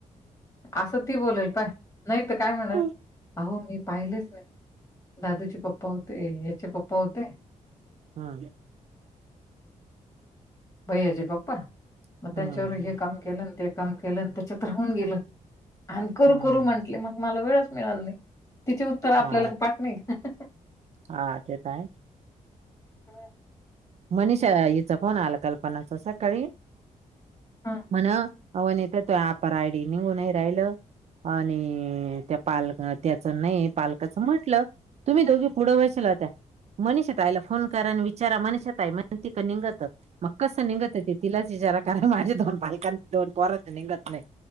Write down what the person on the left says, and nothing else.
असं ती बोलेल पाय नाही तर काय म्हणाल
अहो मी पाहिलेच नाही दादूचे पप्पा होते याचे पप्पा होते
भईयाजे पप्पा
मग त्यांच्यावर हे काम केलं ते काम केलं आणि त्याच्यात राहन गेलं आणि करू
करू म्हटले मग मला वेळच मिळाल नाही तिची उत्तर आपल्याला
पाठ नाही का
बर
हं.
हं.